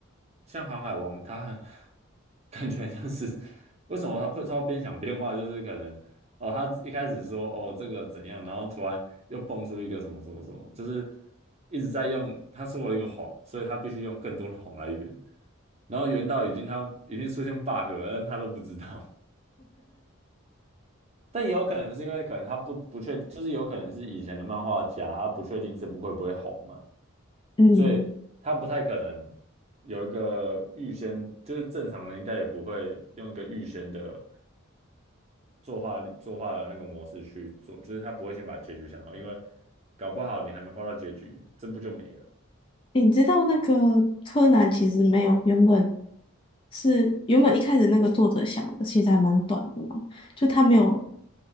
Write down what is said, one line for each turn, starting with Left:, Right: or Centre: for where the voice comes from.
Right: 像《航海王》，他很 <laughs> 感觉很像是 <laughs> 为什么他会他会边想边画，就是可能哦，他一开始说哦这个怎样，然后突然又蹦出一个什么什么什么，就是一直在用，他说了一个谎，所以他必须用更多的谎来圆，然后圆到已经他已经出现 bug 了，但他都不知道。但也有可能是因为可能他不不确，就是有可能是以前的漫画家，他不确定这部会不会红嘛，
Left: 嗯。
Right: 所以他不太可能有一个预先，就是正常的应该也不会用一个预先的。作画作画的那个模式去做，就是他不会先把结局想好，因为搞不好你还没画到结局，这不就没了。
Left: 你知道那个柯南其实没有原本是原本一开始那个作者想的，其实还蛮短的嘛，就他没有